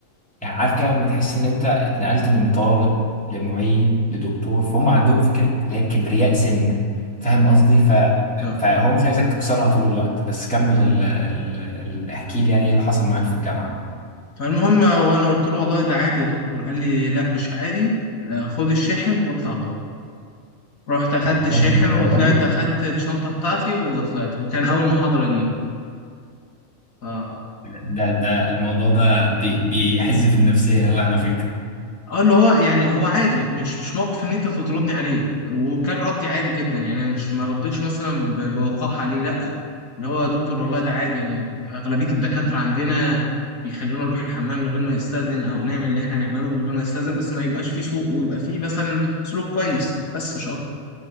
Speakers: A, in the centre; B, on the left.
A: يعني عارف كده لما تحس ان انت اتنقلت من طالب لمعيد لدكتور فهم عندهم فكره اللي هي كبرياء سنه فاهم
B: مم.
A: قصدي ف
B: طب.
A: فهو مش عايزك تكسرها طول الوقت بس كمل ال... ال... ال... احكي لي يعني ايه اللي حصل معاك في الجامعه
B: فالمهم وانا قلت له والله ده عادي يا دكتور قال لي لا مش عادي لا، خد الشاحن واطلع بره رحت اخدت
A: والله
B: الشاحن
A: للدرجه
B: وطلعت
A: دي
B: اخدت الشنطه بتاعتي وطلعت وكان اول محاضره لي
A: ده ده الموضوع ده بي... بيحز في النفسيه قوي على فكره
B: اه اللي هو يعني هو عادي مش مش موقف ان انت تطردني عليه وكان ردي عادي جدا يعني انا مش ما ردتش مثلا ب- بوقاحه عليه لا اللي هو يا دكتور والله ده عادي يعني اغلبيه الدكاتره عندنا بيخلونا نروح الحمام من غير ما نستاذن او نعمل اللي احنا نعمله من غير ما نستاذن بس ما يبقاش فيه سوء ويبقى فيه مثلا سلوك كويس بس مش اكتر